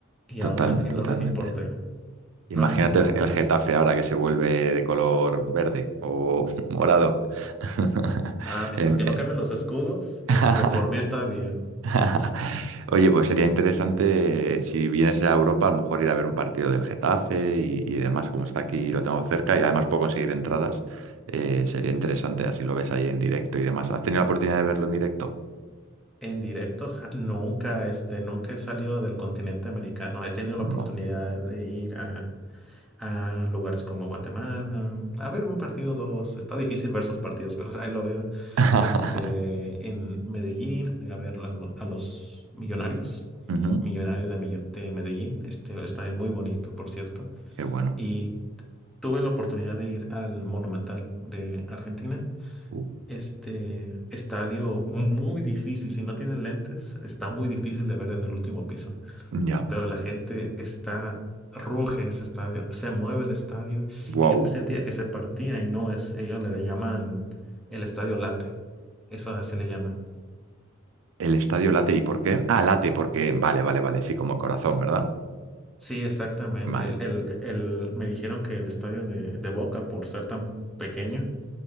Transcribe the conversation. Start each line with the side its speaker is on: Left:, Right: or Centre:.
Centre: y
Right: Total,
Centre: aún así
Right: totalmente.
Centre: no les importé,
Right: Imagínate
Centre: no les importó.
Right: el, el Getafe ahora que se vuelve de color verde o <laughs> morado. <laughs>
Centre: Ah, mientras
Right: Em,
Centre: que no cambien los escudos,
Right: <laughs>
Centre: este, por mí está bien.
Right: <laughs> Oye, pues sería interesante si vienes a Europa, a lo mejor ir a ver un partido del Getafe y, y demás, como está aquí y lo tengo cerca y además puedo conseguir entradas. eh, sería interesante, así lo ves ahí en directo y demás. ¿Has tenido la oportunidad de verlo en directo?
Centre: En directo, ja- nunca, este, nunca he salido del continente americano. He tenido la
Right: No.
Centre: oportunidad de ir a, a lugares como Guatemala, a ver un partido, dos. Está difícil ver sus partidos, pero ahí lo veo.
Right: <laughs>
Centre: Este, en Medellín, fui a ver a, lo- a los Millonarios,
Right: Ujú,
Centre: Millonarios de, Millo- de Medellín. Este, estadio muy bonito, por cierto.
Right: Qué bueno.
Centre: Y tuve la oportunidad de ir al Monumental de Argentina
Right: Uh,
Centre: este estadio muy difícil. Si no tienes lentes, está muy difícil de ver en el último piso.
Right: Ya.
Centre: Pero la gente está, ruge ese estadio, se mueve el estadio
Right: Wow.
Centre: y yo sentía que se partía y no es, ellos le llaman el estadio late. Eso así le llaman.
Right: El estadio late, ¿y por qué? Ah, late, porque. Vale, vale, vale. Sí, como corazón,
Centre: S-
Right: ¿verdad?
Centre: Sí, exactamente.
Right: Vale.
Centre: El, el- el- me dijeron que el estadio de, de Boca, por ser tan pequeño,